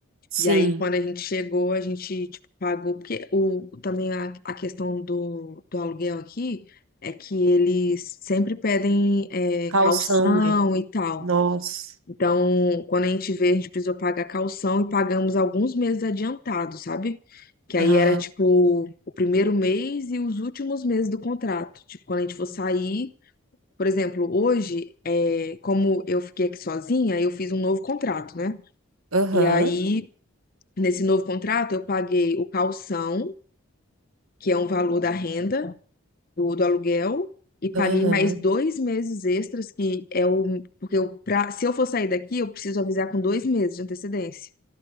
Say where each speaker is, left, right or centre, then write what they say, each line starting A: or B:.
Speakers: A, on the right; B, on the left.
A: Sim.
B: E aí, quando a gente chegou, a gente, tipo, pagou, porque o, também a, a questão do, do aluguel aqui é que eles sempre pedem é,
A: Calção,
B: calção
A: né?
B: e tal.
A: Nossa.
B: Então, quando a gente veio, a gente precisou pagar calção e pagamos alguns meses adiantado, sabe? Que aí
A: Ah,
B: era, tipo, o primeiro mês e os últimos meses do contrato. Tipo, quando a gente for sair, por exemplo, hoje, é, como eu fiquei aqui sozinha, eu fiz um novo contrato, né?
A: aham.
B: E aí Nesse novo contrato, eu paguei o calção, que é um valor da renda do, do aluguel, e paguei
A: Aham.
B: mais dois meses extras, que é o. Porque eu, pra, se eu for sair daqui, eu preciso avisar com dois meses de antecedência.